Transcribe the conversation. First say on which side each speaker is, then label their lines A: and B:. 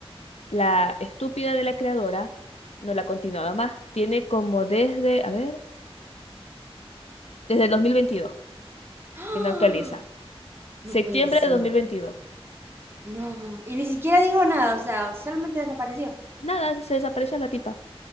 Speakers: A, on the left; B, on the right.
A: la estúpida de la creadora no la ha continuado más. Tiene como desde, a ver, desde el 2022,
B: <gasps> ¡Ah!
A: que no actualiza.
B: No
A: Septiembre
B: puede ser.
A: de 2022.
B: No. Y ni siquiera dijo nada, o sea, solamente desapareció.
A: Nada, se desapareció la tipa.